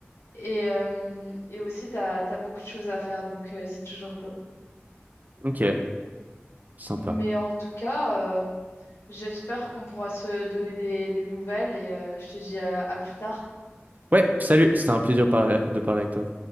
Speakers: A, on the left; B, on the right.
A: et, euh, et aussi t'as, t'as beaucoup de choses à faire, donc euh, c'est toujours cool.
B: Ok, sympa.
A: Mais en tout cas, euh, J'espère qu'on pourra se donner des, des nouvelles et euh, je te dis à à plus tard.
B: Ouais, salut, c'était un plaisir parla- de parler avec toi.